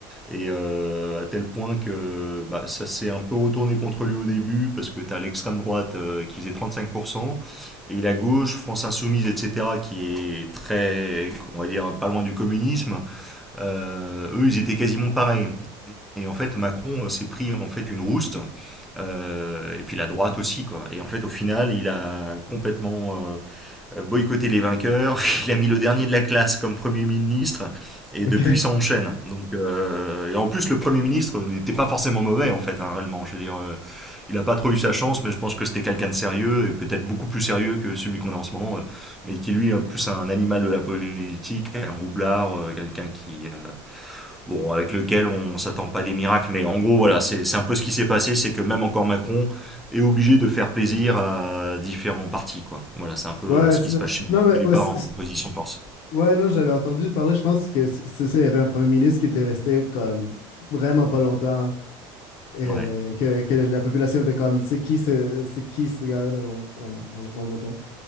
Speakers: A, in the centre; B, on the left.
A: Et euh, à tel point que bah, ça s'est un peu retourné contre lui au début, parce que tu as l'extrême droite euh, qui faisait 35%, et la gauche, France Insoumise, etc., qui est très, on va dire, pas loin du communisme, euh, eux, ils étaient quasiment pareils. Et en fait, Macron euh, s'est pris en fait une rouste, euh, et puis la droite aussi, quoi. Et en fait, au final, il a complètement euh, euh, boycotter les vainqueurs. <laughs> Il a mis le dernier de la classe comme Premier ministre. Et
B: <laughs>
A: depuis,
B: OK.
A: ça enchaîne. Donc, euh, et en plus, le Premier ministre n'était pas forcément mauvais, en fait, hein, réellement. Je veux dire, euh, il n'a pas trop eu sa chance, mais je pense que c'était quelqu'un de sérieux, et peut-être beaucoup plus sérieux que celui qu'on a en ce moment, euh, mais qui, lui, est plus un animal de la politique, un roublard, euh, quelqu'un qui, euh, bon, avec lequel on s'attend pas des miracles, mais en gros, voilà, c'est c'est un peu ce qui s'est passé, c'est que même encore Macron est obligé de faire plaisir à différents partis, quoi. Voilà, c'est un peu
B: Ouais,
A: ce
B: c'est
A: qui se
B: ça.
A: passe chez lui.
B: Non, mais
A: Il est
B: ouais,
A: pas
B: c'est-
A: en
B: c'est-
A: position
B: je-
A: de force.
B: ouais, non, j'avais entendu parler, je pense que c'est c'est ça, il y avait un premier ministre qui était resté comme vraiment pas longtemps. euh,
A: Ouais.
B: que, que la population était comme c'est qui ce c'est qui ce gars-là on, on, on- on le veut pas